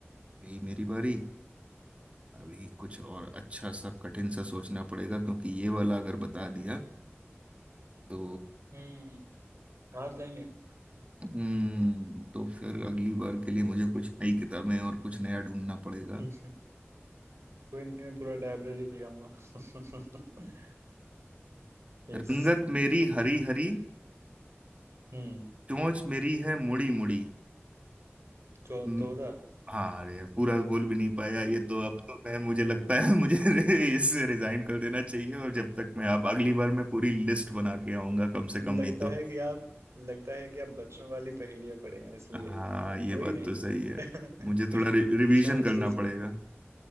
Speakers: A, on the right (about 30°); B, on the right (about 75°).
A: ये मेरी बारी अभी कुछ और अच्छा सा कठिन सा सोचना पड़ेगा क्योंकि ये वाला अगर बता दिया तो
B: हम्म हार जाएंगे आप
A: हम्म तो फिर अगली बार के लिए मुझे कुछ नई किताबें और कुछ नया ढूंढना पड़ेगा
B: <laughs>
A: <laughs>
B: कोई नहीं मैं पूरा डायब्रेरी ले आऊंगा <laughs> यस
A: रंगत मेरी हरी हरी
B: हम्म
A: चोंच मेरी है मुड़ी मुड़ी
B: चौ
A: हम्म,
B: चौदह
A: हाँ अरे यार पूरा बोल भी नहीं पाया ये तो अब तो मैं मुझे लगता है मुझे <laughs> इससे रिजाइन कर देना चाहिए और जब तक मैं आप अगली बार मैं पूरी लिस्ट बना के आऊंगा कम से
B: लगता
A: कम नहीं तो
B: है कि आप लगता है कि आप बच्चों वाली पहेलियां पढ़े हैं इसलिए
A: हाँ ये
B: कोई
A: बात
B: नहीं
A: तो सही है
B: <laughs>
A: मुझे थोड़ा रि, रिवीजन
B: सोच
A: करना
B: जिसकी
A: पड़ेगा